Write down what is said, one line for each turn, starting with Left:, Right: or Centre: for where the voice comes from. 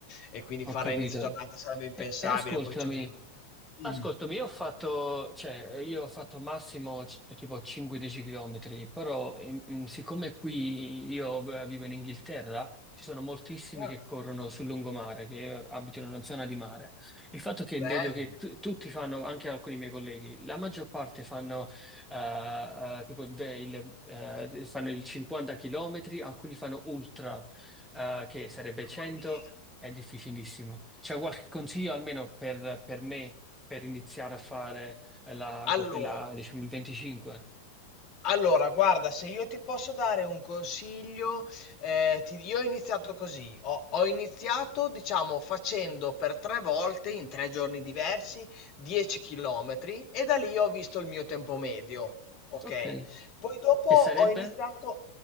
Left: e quindi
Centre: Ho
Left: fare
Centre: capito.
Left: inizio giornata sarebbe impensabile,
Centre: E, e ascoltami,
Left: poi c'ho dei... Dimmi.
Centre: Ascoltami, io ho fatto, cioè, io ho fatto massimo c- tipo 5-10 km, però in- in- siccome qui io v- vivo in Inghilterra, ci sono moltissimi
Left: Ah,
Centre: che corrono sul lungomare, che abitano in una zona di mare. Il fatto che
Left: bello,
Centre: vedo che tu- tutti fanno, anche alcuni miei colleghi, la maggior parte fanno, eh, eh, tipo de- il, eh, fanno il 50 km, alcuni fanno ultra, eh, che sarebbe
Left: mamma
Centre: 100,
Left: mia.
Centre: è difficilissimo. C'è qualche consiglio almeno per per me? per iniziare a fare eh, la, co-
Left: Allora,
Centre: quella, diciamo, il 25.
Left: Allora, guarda, se io ti posso dare un consiglio, eh, ti- io ho iniziato così, ho, ho iniziato, diciamo, facendo per tre volte, in tre giorni diversi, 10 chilometri e da lì ho visto il mio tempo medio, ok?
Centre: Ok,
Left: Poi dopo
Centre: che
Left: ho
Centre: sarebbe
Left: iniziato,